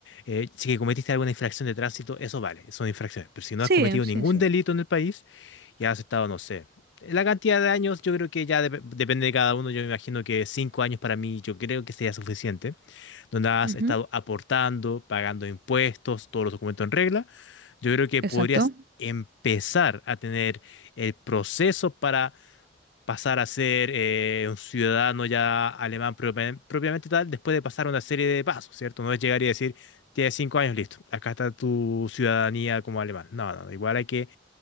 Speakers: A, on the left; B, on the right.
A: Eh, si cometiste alguna infracción de tránsito, eso vale, son infracciones. Pero si no
B: Sí,
A: has cometido
B: sí,
A: ningún
B: sí.
A: delito en el país y has estado, no sé, la cantidad de años, yo creo que ya dep- depende de cada uno. Yo me imagino que cinco años para mí, yo creo que sería suficiente, donde has
B: Ujú,
A: estado aportando, pagando impuestos, todos los documentos en regla. Yo creo que podrías
B: Exacto.
A: empezar a tener el proceso para pasar a ser eh, un ciudadano ya alemán propiamente, propiamente tal, después de pasar una serie de pasos, ¿cierto? No es llegar y decir, tienes cinco años, listo, acá está tu ciudadanía como alemán. No, no, igual hay que